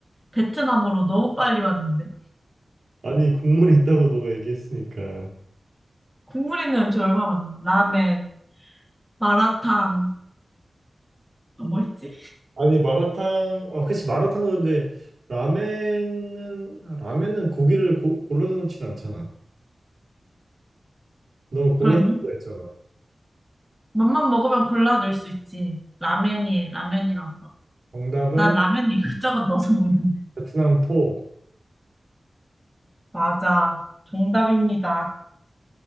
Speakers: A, in the centre; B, on the right (about 65°).
A: 베트남으로 너무 빨리 왔는데.
B: 아니 국물이 있다고 너가 얘기했으니까.
A: 국물 있는 음식 얼마나 많아. 라멘, 마라탕, 또
B: 음.
A: 뭐 있지?
B: 아니 마라탕 아 그치 마라탕 그런데 라멘은 아, 라멘은 고기를 고, 골라서 넣진 않잖아. 너 골라서
A: 그러니?
B: 넣어 있잖아.
A: 맛만 먹으면 골라 넣을 수 있지. 라멘이, 라면이랑 먹어.
B: 정답은
A: 난 라면이 이것저것 <laughs> 넣어서 먹는데.
B: 베트남 포.
A: 맞아. 정답입니다.